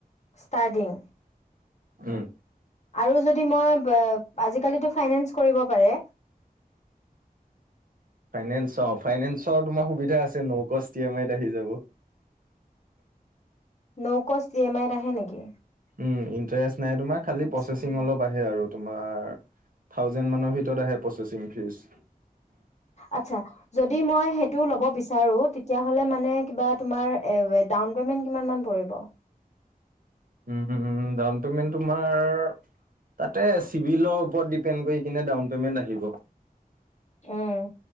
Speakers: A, on the left; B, on the right.
A: ষ্টাৰ্টিং?
B: উম।
A: আৰু যদি মই ব আজি কালিটো ফাইনেন্স কৰিব পাৰে।
B: ফাইনেন্স অ', ফাইনেন্সৰ তোমাৰ সুবিধা আছে নৌ কষ্ঠ ই এম আইত আহি যাব।
A: নৌ কষ্ঠ ই এম আইট আহে নেকি?
B: উম ইণ্টাৰেষ্ট নাই তোমাৰ খালি
A: আচ্ছা
B: প্ৰচেচিং অলপ আহে আৰু। তোমাৰ থাউজেণ্ড মানৰ ভিতৰত আহে প্ৰচেচিং ফ্ৰিজ।
A: আচ্ছা যদি মই সেইটো ল'ব বিচাৰো তে তেতিয়া হ'লে মানে, কিবা তোমাৰ ডাউন পেমেন্ট কিমান মান পৰিব?
B: হো হো হো হো ডাউন পেমেন্ট তোমাৰ, তাতে চিভিলৰ ওপৰত ডিপেন্ট কৰি কেনে ডাউন পেমেন্ট আহিব।
A: উম,